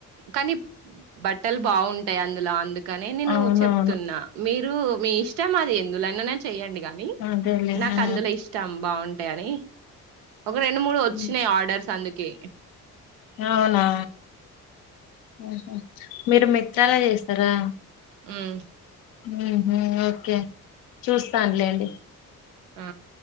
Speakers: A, on the right; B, on the left.
A: కానీ బట్టలు బాగుంటాయి అందులో అందు కానే నేను
B: అవునవును
A: చెప్తున్నా మీర్ రు మీ ఇష్టం అది ఎందులోనైన చెయ్యండి. ఆని
B: అదేలే
A: నాకు
B: ఆ
A: అందులో ఇష్టం బాగుం టని ఒక రెండు మూడు వోచ్చినాయి
B: ఉమ్,
A: ఆర్డర్స్ అందుక్ కే
B: అవునా హుహు మీరు మెత్తల చేస్తారా
A: మ్
B: హ్ హ్ ఓకే చూస్తాన్లేండి
A: ఆ